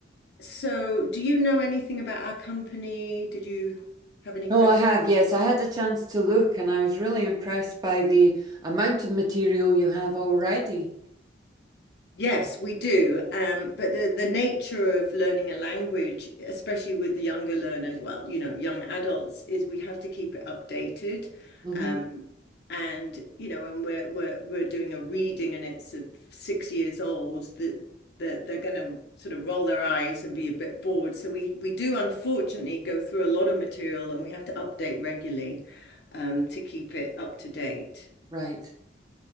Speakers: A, on the left; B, on the right.
A: So, do you know anything about our company? Did you have any
B: No,
A: questions?
B: I have, yes. I had a chance to look, and I was really impressed by the amount of material you have already.
A: Yes, we do. Um, but the, the nature of learning a language, especially with the younger learners, well, you know, young adults, is we have to keep it updated.
B: hmm
A: Um, and you know and we're we're we're doing a reading and it's six years old that that they're going to sort of roll their eyes and be a bit bored so we we do unfortunately go through a lot of material and we have to update regularly um, to keep it up to date
B: Right.